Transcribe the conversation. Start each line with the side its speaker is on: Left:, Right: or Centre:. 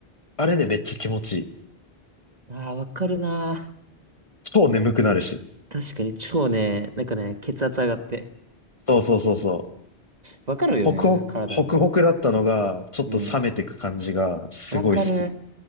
Left: あれね、めっちゃ気持ちいい。
Right: ああ、わかるな。
Left: 超眠くなるし。
Right: 確かに超ね、なんかね、血圧上がって。
Left: そうそうそうそう。
Right: わかるよね、
Left: ホクホク、
Right: 体のね。
Left: ホクホクだったのが、ちょっと冷めてく感じが、
Right: うん。
Left: すごい好き。
Right: わかる。